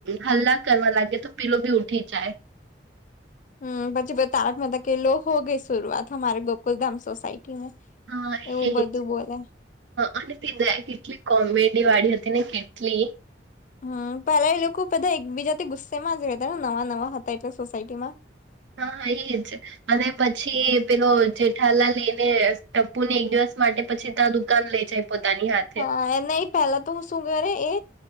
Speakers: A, on the right (about 85°); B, on the left (about 45°).
A: હલ્લા કરવા લાગે તો પીલો ભી ઊઠી જાય
B: હમ પછી તારક મતાકે લો હોગઈ શરૂઆત અમારી ગોકુલધામ સોસાયટી
A: હા
B: એવું
A: એજ
B: બધું બોલે
A: અને <unintelligible> કેટલી કોમેડી વાળી હતી ને કેટલી
B: હમ પેલા એ લોકો બધા એકબીજાથી ગુસ્સેમાં જ રહેતા ને નવા નવા હતા એટલે સોસાયટી માં
A: હાા એ જ અને પછી પેલો જેઠાલાલ એને ટપ્પુ ને એક દિવસ માટે પછી ત દુકાન લઈ જાય. પોતાની હા
B: હા એના પેલા તો હું શું કરે એ